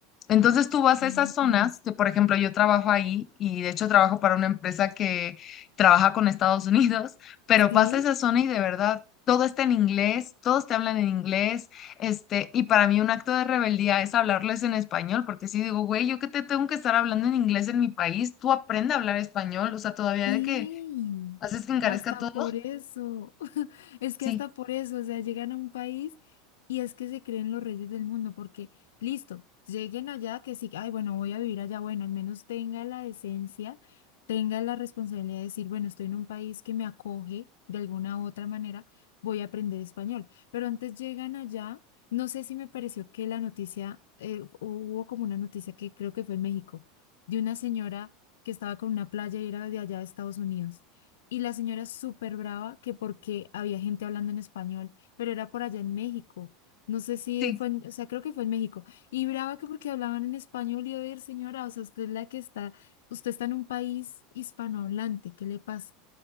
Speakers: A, on the left; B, on the left.
A: Entonces tú vas
B: No
A: a esas
B: la
A: zonas,
B: condesa.
A: que por ejemplo yo trabajo ahí y de hecho trabajo para una empresa que trabaja con Estados <laughs> Unidos, pero
B: ¿Sí?
A: vas a esa zona y de verdad todo está en inglés, todos te hablan en inglés, este, y para mí un acto de rebeldía es hablarles en español, porque si digo, güey, yo que te tengo que estar hablando en inglés en mi país, tú aprende a hablar español, o sea, todavía
B: Sí,
A: de que haces que encarezca
B: hasta
A: todo,
B: por eso, <laughs> es
A: sí,
B: que hasta por eso, o sea, llegan a un país y es que se creen los reyes del mundo, porque listo, lleguen allá que sí, ay, bueno, voy a vivir allá, bueno, al menos tenga la decencia, tenga la responsabilidad de decir, bueno, estoy en un país que me acoge de alguna u otra manera, voy a aprender español, pero antes llegan allá, no sé si me pareció que la noticia, eh, hubo como una noticia que creo que fue en México, de una señora que estaba con una playa y era de allá de Estados Unidos. Y la señora súper brava que porque había gente hablando en español, pero era por allá en México. No sé si
A: sí.
B: fue, en- o sea, creo que fue en México. Y brava que porque hablaban en español y a ver, señora, o sea, usted es la que está, usted está en un país hispanohablante, ¿qué le pasa?